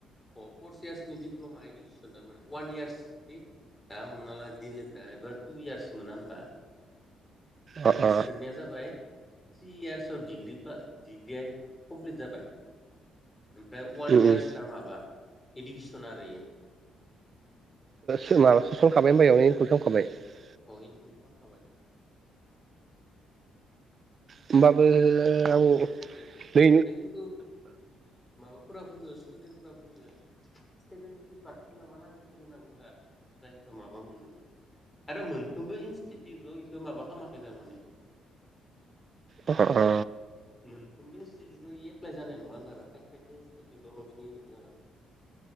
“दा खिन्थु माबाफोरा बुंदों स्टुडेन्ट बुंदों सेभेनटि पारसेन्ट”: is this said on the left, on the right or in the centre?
Left